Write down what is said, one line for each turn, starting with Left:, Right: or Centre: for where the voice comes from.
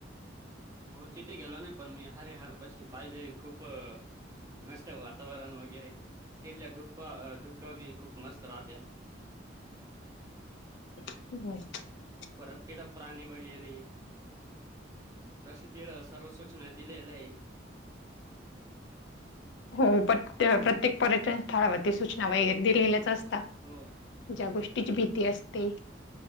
Right: हो तिथे गेलो ना पण मी हरिहरपाशी पाहिले खूप मस्त वातावरण. वातावरण वगैरे. <unintelligible> धुक बी खूप मस्त राहत्यात.
Left: <unintelligible>
Right: परत तिथे प्राणी वगैरे. तसे तिथ सर्व सूचना दिलेत. <unintelligible>
Left: हो <unintelligible> प्रत्येक पर्यटन स्थळावरती सूचना वगैरे दिलेल्याचं असतात.
Right: हो
Left: ज्या गोष्टी, तिची भीती असते.